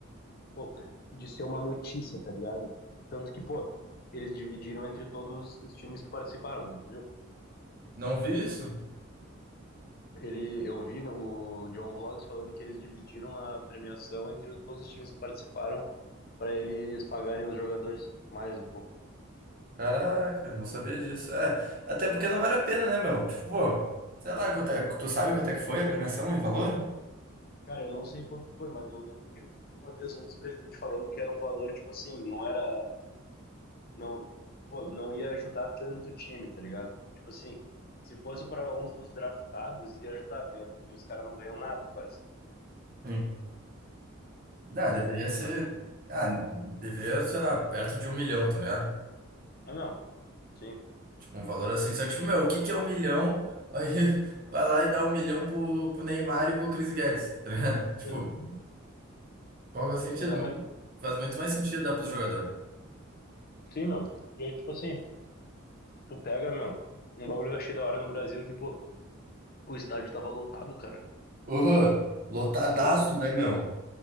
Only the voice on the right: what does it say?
não vi isso?
Caraca, não sabia disso. É, até porque não vale a pena, né, meu? Tipo, pô, sei lá, quanto é- tu sabe quanto é que foi a premiação em valor?
Sim. Ah, deveria ser.
Ah, deveria, sei lá, perto de um milhão, tá ligado?
Tipo, um valor assim. Só que, tipo, meu, o que que é um milhão? Aí <laughs> vai lá e dá um milhão pro, pro Neymar e pro Chris Guedes, tá ligado? <laughs> Tipo,
qual que é o sentido?
Muito- Faz muito mais sentido dar pro jogador
Uhum. Lotadaço,
né, meu?